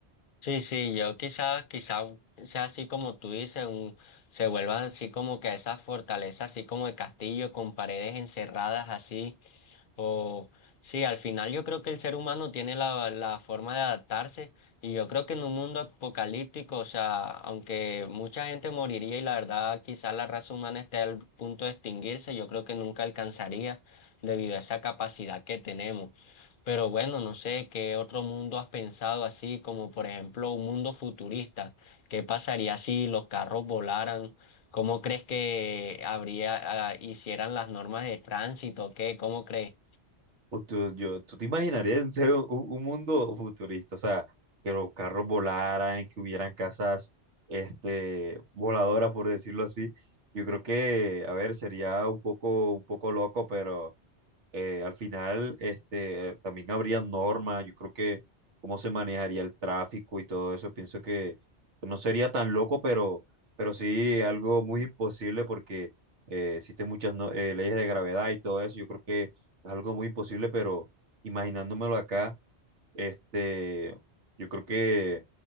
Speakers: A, on the left (about 55°); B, on the right (about 80°).
A: Sí, sí, yo quizás, quizás sea así como tú dices, un- se vuelvan así como que esas fortalezas, así como el castillo, con paredes encerradas así, o sí, al final yo creo que el ser humano tiene la, la forma de adaptarse y yo creo que en un mundo apocalíptico, o sea, aunque mucha gente moriría y la verdad quizá la raza humana esté al punto de extinguirse, yo creo que nunca alcanzaría debido a esa capacidad que tenemos. Pero bueno, no sé qué otro mundo has pensado así, como por ejemplo un mundo futurista. ¿Qué pasaría si los carros volaran? ¿Cómo crees que habría, ah, hicieran las normas de tránsito? ¿Qué? ¿Cómo crees?
B: O tú, yo, ¿tú te imaginarías en serio un, un mundo futurista? O sea, que los carros volaran, que hubieran casas, este, voladoras, por decirlo así. Yo creo que, a ver, sería un poco, un poco loco, pero eh, al final, este, también habría normas, yo creo que cómo se manejaría el tráfico y todo eso, pienso que no sería tan loco, pero, pero sí algo muy imposible porque eh, existen muchas no- eh, leyes de gravedad y todo eso, yo creo que es algo muy imposible, pero imaginándomelo acá este, yo creo que,